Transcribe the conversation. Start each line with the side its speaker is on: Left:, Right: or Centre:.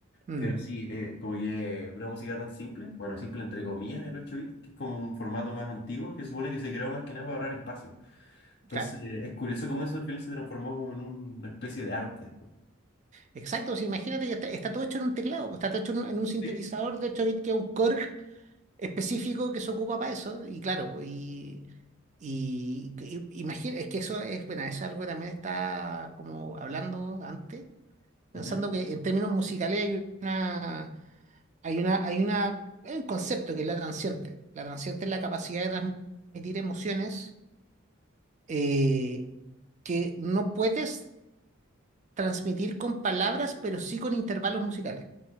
Right: Mm,
Left: pero sí, eh, como que una música tan simple, bueno, simple entre comillas, el 8-bit, que es como un formato más antiguo que supone que se creó más que nada para ahorrar espacio. Entonces,
Right: claro.
Left: eh, es curioso cómo eso al final se transformó como en una especie de arte.
Right: Exacto, sí, imagínate, ya está, está todo hecho en un teclado, está todo hecho en un, en un sintetizador
Left: Sí.
Right: de 8 bits que es un Korg específico que se ocupa para eso, y claro, pues, y, y, y- imagina, es que eso es, bueno, eso es algo que también está como hablando antes, pensando
Left: Ujú.
Right: que en términos musicales hay una, hay una, hay una, hay un concepto que es la transiente. La transiente es la capacidad de transmitir emociones eh, que no puedes transmitir con palabras, pero sí con intervalos musicales.